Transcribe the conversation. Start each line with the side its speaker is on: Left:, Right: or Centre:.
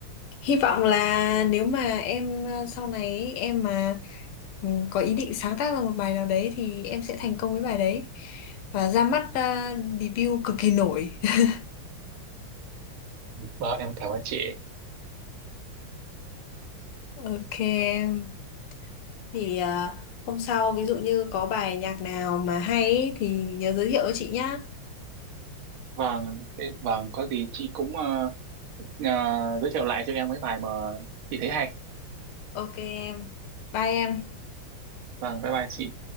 Left: hy vọng là nếu mà em ờ, sau này ấy, em mà ừ, có ý định sáng tác ra một bài nào đấy thì em sẽ thành công với bài đấy và ra mắt ờ, debut cực kỳ nổi <laughs>
Right: vâng em cảm ơn chị
Left: ok em thì à, hôm sau ví dụ như có bài nhạc nào mà hay ý thì nhớ giới thiệu cho chị nhá
Right: vâng thế- vâng có gì chị cũng ờ, Ờ, giới thiệu lại cho em mấy bài mà chị thấy hay
Left: ok em bye em
Right: vâng bye bye chị